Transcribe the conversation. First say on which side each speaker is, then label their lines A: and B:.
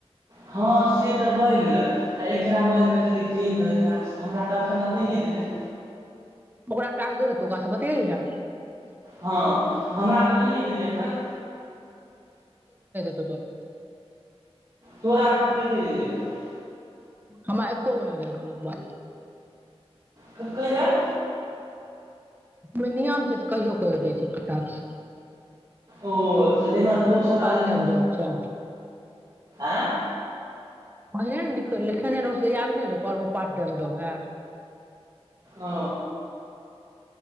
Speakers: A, on the right; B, on the right.
A: हँ से तऽ होय गेलै आ एकरा मार कऽ चलि देतै त हमरा दखन आर नहिए देतै
B: ओकरा एकटा आ देतो काश पाीैा
A: हँ हमरा तऽ नहिए देतै एखन
B: त
A: तोरा एखन कत देखत
B: हमरा एको गो नहि देलख बाद
A: ककर
B: ओ नियम छै तऽ कहियो कहियो दै छै कटाक
A: ओ त दना दू स
B: पार्ट
A: रहललना
B: टाइम जॉब छै
A: आँ
B: कहहि ने लिखेने रहस याद नहिौ कलको पार्ट टाइम जॉब है
A: ओ